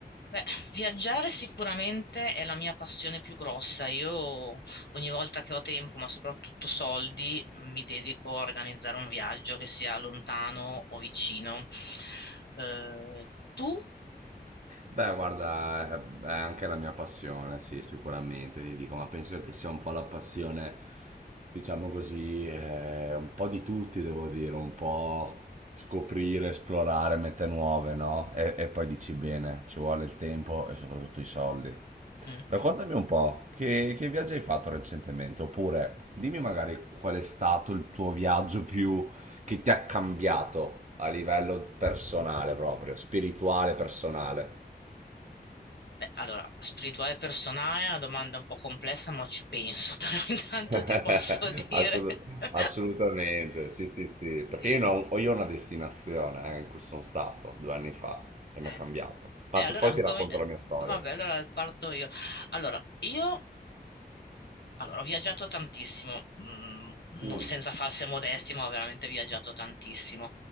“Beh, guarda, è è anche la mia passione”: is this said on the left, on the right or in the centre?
Right